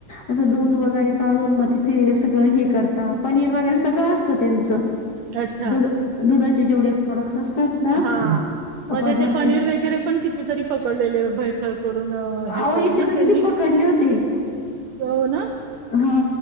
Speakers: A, on the left (about 50°); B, on the right (about 75°).
A: असं दूध वगैरे काढून मग तिथे सगळं हे करता पनीर वगैरे सगळं असतं त्यांचं
B: अच्छा.
A: दुध दुधाचे जेवढे प्रॉडक्ट्स असतात. ना
B: हा मजे
A: पदार्थ
B: ते पनीर वगैरे पण कितीतरी पकडलेले भैसळ करून हे
A: अहो
B: केले
A: याचे
B: ना
A: तर
B: त्यांनी?
A: किती पकडले होते.
B: हो ना?
A: हा